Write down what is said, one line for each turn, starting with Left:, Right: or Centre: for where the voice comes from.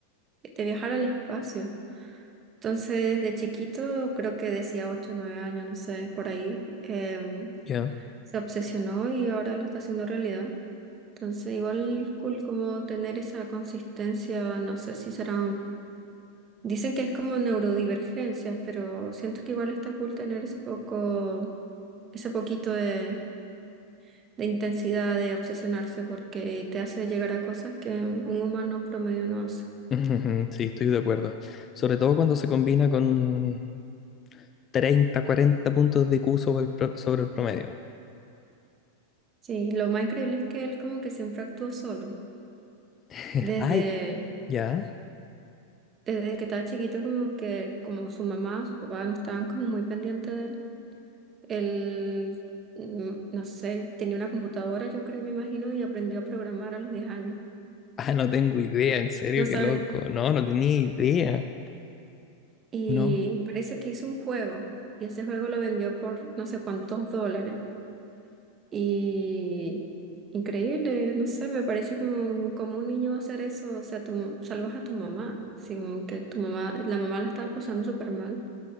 Right: de viajar al espacio. Entonces, desde chiquito, creo que decía 8 o 9 años, no sé, por ahí, em,
Left: Ya.
Right: se obsesionó y ahora lo está haciendo realidad. Entonces, igual cool como tener esa consistencia, no sé si será Dicen que es como neurodivergencia, pero siento que igual está cool tener ese poco, ese poquito de, de intensidad, de obsesionarse, porque te hace llegar a cosas que un humano promedio no hace.
Left: <laughs> Ujú, Sí, estoy de acuerdo. Sobre todo cuando se combina con 30 40 puntos de I Q sobre el, pro- sobre el promedio.
Right: Sí, lo más increíble es que él como que siempre actuó solo.
Left: <laughs>
Right: Desde,
Left: Ay, ya.
Right: desde que estaba chiquito, como que como su mamá, su papá no estaban como muy pendientes de él. Él, mm, no sé, tenía una computadora, yo creo, me imagino, y aprendió a programar a los 10 años.
Left: Ah, no tengo idea, en serio,
Right: No sabe.
Left: qué loco. No, no tenía idea.
Right: Y
Left: No.
Right: parece que hizo un juego y ese juego lo vendió por no sé cuántos dólares. Y increíble, no sé, me parece como, como un niño va a hacer eso. O sea, tú salvas a tu mamá, así como que tu mamá, la mamá la estaba pasando súper mal.